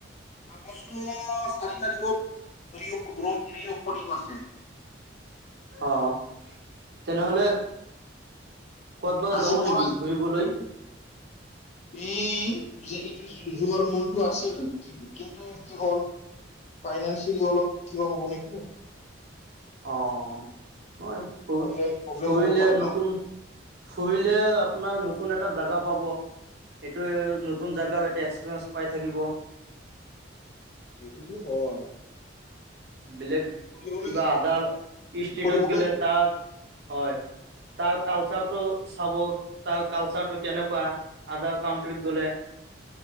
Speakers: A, on the left; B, on the right.
A: আগষ্টৰ চাৰি তাৰিখত ৰি অপ-ৰ ৰি অপিনিং আছে।
B: অ' তেনেহ'লে ক'ত বা
A: আজি
B: যাব
A: পৰা
B: নেকি ফুৰিবলৈ?
A: এ, যে এইটো যোৱাৰ মনটো আছিল কিন কিন্তু কি হ'ল। ফাইনেন্সিয়েলি অলপ কিবা হ'ব নেকি?
B: অ' <unintelligible> ফু
A: প্ৰব্লেম প্ৰব্লেম
B: ফুৰিলে
A: হ'ব পাৰে ন
B: নতুন ফুৰিলে আপোনাৰ নতুন এটা জাগা পাব। এইটো নতুন জেগা এতে এক্সপিৰিয়েঞ্চ পাই থাকিব।
A: সেইটোতো হয়।
B: বেলেগ
A: ফুৰিবলৈ
B: কিবা আদাৰ ষ্টেটত
A: ফুৰিবলৈ
B: গ'লে তাত হয়। তাৰ কালচাৰটো চাব। তাৰ কালচাৰটো কেনেকুৱা আদাৰ কানট্ৰিত গ'লে।